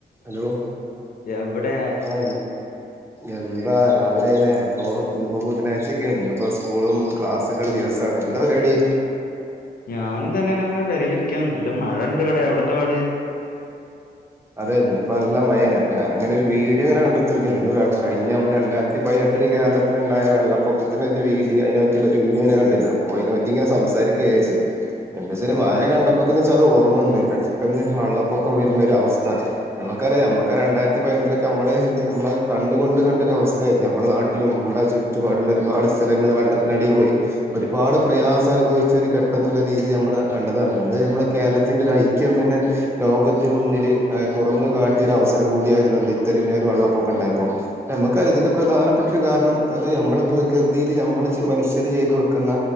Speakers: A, on the right; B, on the left.
A: ഹലോ
B: എവിടെ
A: ആഹ് എന്താ രാവിലെയായിലെ അപ്പൊ ഇന്ന് ബുധനാഴ്ചക്കെയാണ് ഇന്നിപ്പോ സ്കൂളും ക്ലാസ്സൊക്കെ ഉള്ള ദിവസമാണ് എന്താ പരിപാടി
B: ഞാനും തന്നെ അങ്ങനെങ്ങനെ പേരെലിരിക്ക നല്ല മഴ ഉണ്ട് ഇവിടെ അവിടെ എന്താ പാട്
A: അത് തന്നെ ഇപ്പോ <unintelligible> ഞാനിങ്ങനെ ഒരു വീഡിയോ ഇങ്ങനെ കണ്ടുത്തിരിക്ക കഴിഞ്ഞ നമ്മള് രണ്ടായിരത്തി പതിനെട്ടില് കേരള ൽ ഉണ്ടായ വെള്ളപ്പൊക്കത്തിന്റെ ഒരു വീഡിയോ അതിന പറ്റിയുള്ള ഒരു വീഡിയോനെ കണ്ടിനു അപ്പോ അതിനെ പറ്റിങ്ങനെ സംസാരിക്കാന്ന് വിചാരിച് എന്താ വെച്ചാല് മഴ കണ്ടപ്പോത്തിന് വെച്ചാ അത് ഓർമ്മ വന്ന് പെട്ടെന്ന് വെള്ളപ്പൊക്കം വരുന്ന ഒരു അവസ്ഥ നമ്മുക്കറിയാം നമ്മുക്ക്‌ ആ രണ്ടായിരത്തി പതിനെട്ടിലൊക്കെ നമ്മള് നമ്മള് കണ്ണ് കൊണ്ട് കണ്ടൊരു അവസ്ഥയായിരുന്നു നമ്മുടെ നാട്ടിലും നമ്മളെ ച്ചു ചറ്റുപാടുള്ള ഒരുപാട് സ്ഥലങ്ങൾ വെള്ളത്തിനടിയിൽ പോയി ഒരുപാട് പ്രയാസം അനുഭവിച്ച ഒരു ഘട്ടം എന്നുള്ള രീതി നമ്മൾ കണ്ടതാണ് അത് നമ്മുടെ കേരളത്തിന്റെ ഒരു ഐക്യം തന്നെ ലോകത്തിന് മുന്നില് തുറന്ന കാട്ടിയ ഒരു അവസരം കൂടിയായിരുന്നു അത് ഇത്രയും ഒരു വെള്ളപ്പൊക്കം ഉണ്ടായപ്പോ നമ്മുക്കറിയാം ഇതിന്റെ പ്രധാനപ്പെട്ട ഒരു കാരണം അത് നമ്മള് പ്രകൃതിയിൽ നമ്മള് മനുഷ്യര് ചെയ്ത് വെക്കുന്ന